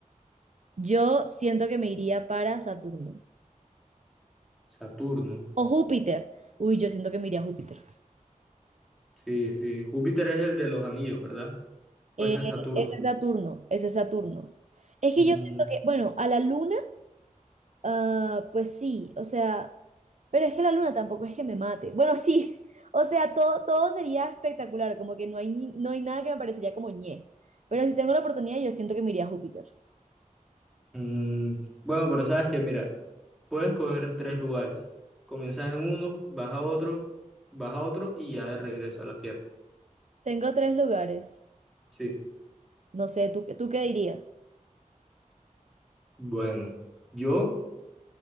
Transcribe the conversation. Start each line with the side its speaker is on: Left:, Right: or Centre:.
Right: Yo siento que me iría para Saturno
Centre: Saturno.
Right: o Júpiter. Uy, yo siento que me iría a Júpiter.
Centre: Sí, sí. Júpiter es el de los anillos, ¿verdad? Pues
Right: Eh,
Centre: es Saturno.
Right: ese Saturno, ese Saturno. Es que
Centre: Mm,
Right: yo siento que, bueno, a la luna, ah, pues sí, o sea, pero es que la luna tampoco es que me mate. Bueno, sí, <laughs> o sea, todo, todo sería espectacular, como que no hay, ni- no hay nada que me parecería como ñe. Pero si tengo la oportunidad, yo siento que me iría a Júpiter.
Centre: mm, Bueno, pero sabes que, mira. Puedes coger tres lugares. Comienzas en uno, vas a otro, vas a otro y ya de regreso a la Tierra.
Right: Tengo tres lugares.
Centre: Sí.
Right: No sé, ¿tú, qué- tú qué dirías?
Centre: Bueno, yo